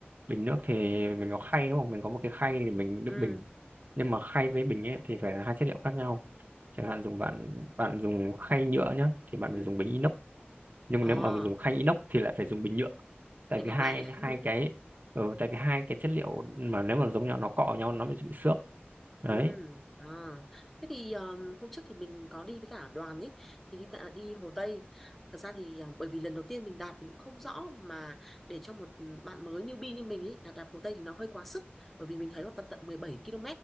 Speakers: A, on the right; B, in the centre.
A: bình nước thì mình có khay đúng không mình có một cái khay để mình đựng
B: ừ,
A: bình nhưng mà khay với bình ấy thì phải là hai chất liệu khác nhau chẳng hạn dùng bạn bạn dùng khay nhựa nhá thì bạn
B: ừ.
A: phải dùng bình inox nhưng
B: ờ
A: nếu mà dùng khay inox thì lại phải dùng bình nhựa tại
B: thành
A: vì
B: ngược
A: hai
B: lại <laughs>
A: hai cái ừ, tại vì hai cái chất liệu mà nếu mà giống nhau nó cọ nhau nó bị bị xước đấy
B: Ừ, à. Thế thì um, hôm trước thì mình có đi với cả đoàn ấy thì đi tạ- đi Hồ Tây. Thật ra thì um, bởi vì lần đầu tiên mình đạp mình cũng không rõ mà để cho một um, bạn mới newbie như mình ấy đạp, đạp Hồ Tây thì nó hơi quá sức bởi vì mình thấy là phần tận 17 km